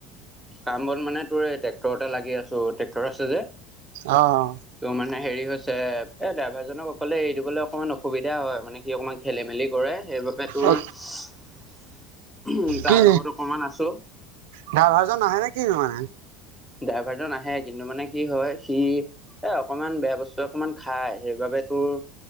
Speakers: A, in the centre; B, on the right.
A: কাম বন মানে তোৰ এই ট্ৰেক্টৰতে লাগি আছো ট্ৰেক্টৰ আছে যে।
B: অঁ অঁ
A: ত' মানে হেৰি হৈছে এ ড্ৰাইভাৰ জনক অকলে এৰি দিবলে অকমান অসুবিধা হয়, মানে সি অকমান খেলি মেলি- কৰে সেইবাবে তোৰ
B: অ
A: উম তাৰ
B: কি
A: লগত অকমান আছো।
B: ড্ৰাইভাৰজন নাহে নে কিনো মানে?
A: ড্ৰাইভাৰজন আহে, কিন্তু মানে কি হয় সি- এ অকমান বেয়া বস্তু অকমান খায়, সেইবাবে তোৰ-